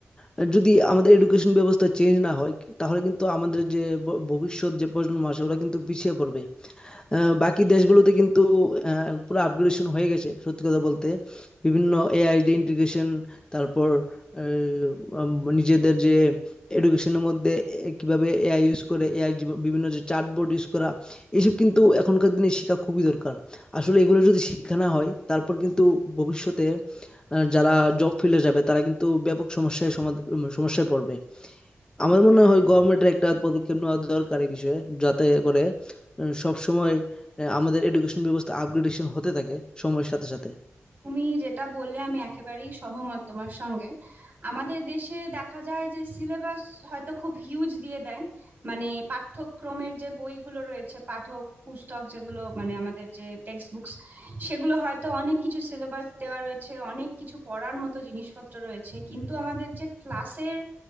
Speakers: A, on the left; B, on the right.
A: আর যদি আমাদের এডুকেশন ব্যবস্থা চেঞ্জ না হয় তাহলে কিন্তু আমাদের যে ভ- ভবিষ্যৎ যে প্রজন্ম আসে ওরা কিন্তু পিছিয়ে পড়বে আহ, বাকি দেশগুলোতে কিন্তু আহ, পুরো আপগ্রেডেশন হয়ে গেছে সত্যি কথা বলতে বিভিন্ন এআই যে ইন্টিগ্রেশন তারপর আহ, উম, নিজেদের যে এডুকেশনের মধ্যে এ- কিভাবে এআই ইউজ করে এআই বিভিন্ন যে চার্টবোর্ড ইউজ করা এইসব কিন্তু এখনকার দিনে শেখা খুবই দরকার আসলে এগুলো
B: হুম।
A: যদি শিক্ষা না হয় তারপর কিন্তু ভবিষ্যতে আহ, যারা জব ফিল্ডে যাবে তারা কিন্তু ব্যাপক সমস্যায় সমাধ- সমস্যায় পড়বে আমার মনে
B: হ্যাঁ
A: হয় গভর্নমেন্টের একটা পদক্ষেপ নেওয়া দরকার এই বিষয়ে যাতে করে সব সময় আমাদের এডুকেশন ব্যবস্থা আপগ্রেডেশন হতে থাকে সময়ের সাথে সাথে
B: তুমি যেটা বললে আমি একেবারেই সহমত তোমার সঙ্গে আমাদের দেশে দেখা যায় যে সিলেবাস হয়তো খুব হিউজ দিয়ে দেয় মানে পাঠ্যক্রমের যে বইগুলো রয়েছে পাঠ্য পুস্তক যেগুলো মানে আমাদের যে টেক্সট বুকস সেগুলো হয়তো অনেক কিছু সিলেবাস দেওয়া রয়েছে অনেক কিছু পড়ার মতো জিনিসপত্র রয়েছে কিন্তু আমাদের যে ক্লাসের